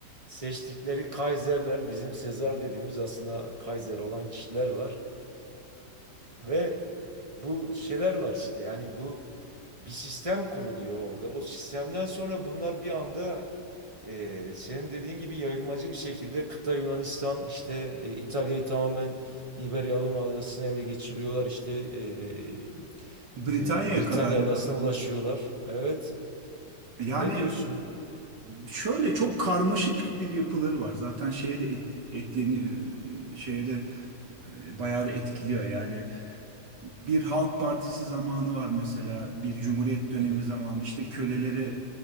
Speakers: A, on the right; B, on the right.
A: seçtikleri Kaiserler, bizim Sezar dediğimiz aslında Kaiser olan kişiler var. Ve bu şeyler var işte. Yani bu bir sistem kuruluyor orada. O sistemden sonra bunlar bir anda e, senin dediğin gibi yayılmacı bir şekilde kıta Yunanistan, işte e, İtalya'yı tamamen İberya Adası'na ele geçiriyorlar. İşte e,
B: Britanya'ya
A: e, Britanya
B: kadar yukarı.
A: Adası'na ulaşıyorlar. Evet.
B: Yani
A: Ne diyorsun?
B: Şöyle çok karmaşık bir yapıları var. Zaten şeye de et, ekleni e, şeye de e, bayağı da etkiliyor. Yani bir Halk Partisi zamanı var mesela bir Cumhuriyet dönemi
A: Hı hı.
B: zamanı işte kölelere